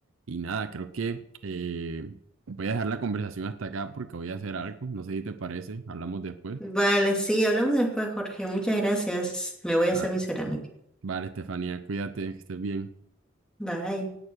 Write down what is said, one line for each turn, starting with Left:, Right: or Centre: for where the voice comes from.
Right: Y nada, creo que eh, voy a dejar la conversación hasta acá porque voy a hacer algo. No sé si te parece, hablamos después.
Centre: Vale, sí, hablamos después, Jorge. Muchas gracias. Me voy a hacer
Right: Va-
Centre: mi cerámica.
Right: Vale, Estefanía, cuídate, que estés bien.
Centre: Bye.